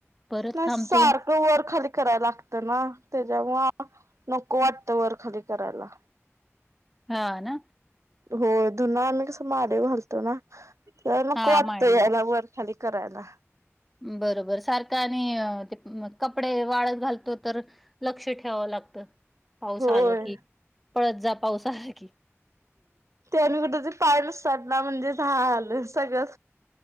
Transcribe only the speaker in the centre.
परत
थांबतो
हा ना
हा
माडीवर
बरोबर सारखं आणि ते कपडे वाळत घालतो तर लक्ष ठेवाव लागत पाऊस
आला की पळत जा. पाऊस आहे की